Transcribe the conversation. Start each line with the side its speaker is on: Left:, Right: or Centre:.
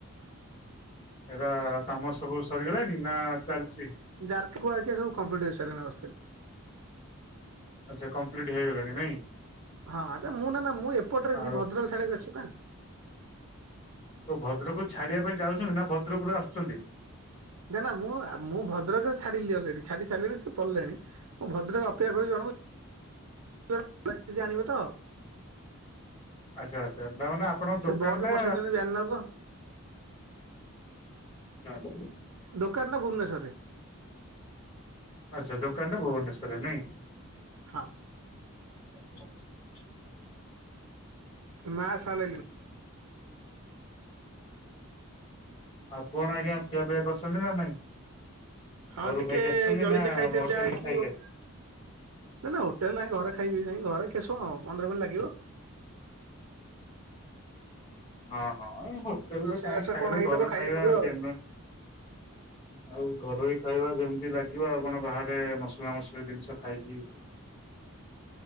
Left: <inaudible> ଏରା କାମ ସବୁ ସରିଗଲାଣି ନା ଚାଲିଚି।
Right: ଯାରଖୁ ଆଜ୍ଞା ସବୁ କମ୍ପିଟେସନରେ ଆସୁଥିବେ।
Left: ଆଚ୍ଛା କମ୍ପ୍ଲିଟ ହେଇଲାଣି ନାଇଁ।
Right: ହଁ ଆଚ୍ଛା ମୁଁ ନା ନା ମୁଁ ଏପଟରେ
Left: ଆଉ
Right: ଅଛି ଭଦ୍ରକ ଛାଡ଼ିବା କୁ ଆସିଛି ନା।
Left: ତ ଭଦ୍ରକୁ ଛାଡିବା ପାଇଁ ଯାଉଛନ୍ତି ନା ଭଦ୍ରକ ରୁ ଆସୁଛନ୍ତି।
Right: ନା ନା ମୁଁ ମୁଁ ଭଦ୍ରକରେ ଛାଡ଼ିଲି ଅଲରେଡି ଛାଡ଼ି ସାରିଲିଣି ସେ ପଡ଼ିଲେଣି। ମୁଁ ଭଦ୍ରକ ଅପେକ୍ଷା କରିଚି ଜଣକୁ ଜଣ କୁ କରି ସେ ଆଣିବ ତ <unintelligible>
Left: ଆଚ୍ଛା ଆଚ୍ଛା ତା ମାନେ ଆପଣଙ୍କ
Right: ସେ
Left: ଦୋକାନ
Right: ବସ ରେ
Left: ଟା
Right: ପଠେଇଛନ୍ତି ବ୍ୟାନର
Left: କୋଉଠି
Right: ଦୋକାନ ଟା ଭୁବନେଶ୍ୱରରେ।
Left: ଆଚ୍ଛା ଦୋକାନ ଟା ଭୁବନେଶ୍ୱରରେ ନାଇଁ।
Right: ହଁ।
Left: ଆଛା ଆଛା <inaudible>
Right: ନାଁ ଶଳେଇ <inaudible>
Left: ଆଉ କଣ ଆଜ୍ଞା ଖିଆପିଆ କରିଛନ୍ତି ନା ନାଇଁ?
Right: ହଁ
Left: ଘରୁ
Right: ଟିକେ
Left: ଖାଇକି ଆସିଛନ୍ତି
Right: ଜଳଖିଆ
Left: ନା
Right: ଖାଇଥିଲେ
Left: ହୋଟେଲ
Right: ଯାହା
Left: ରେ
Right: ଆଇଥିଲି।
Left: ଖାଇଲେ?
Right: ନାଇଁ ନା ହୋଟେଲ ନାହିଁ ଘରେ ଖାଇବି ନାହିଁ ଘରେ କେଶ ହ ପନ୍ଦର ମିନଟ୍ ଲାଗିବ।
Left: <inaudible> ହଁ ହଁ ହୋଟେଲରେ
Right: ରୋଷେଇ
Left: କାହିଁ
Right: ବାସ
Left: ଖାଇବେ
Right: କଣ ହେଇଥିବ
Left: ଘର
Right: ଖାଇବାକୁ
Left: ଖାଇବା
Right: ପଡିବ ଆଉ।
Left: ଯେନ୍ୱେନ। ଆଉ ଘରୋଇ ଖାଇବା ଯେମିତି ଲାଗିବ ଆଉ କଣ ବାହାରେ ମସଲା ମସଲି ଜିନିଷ ଖାଇକିଇ।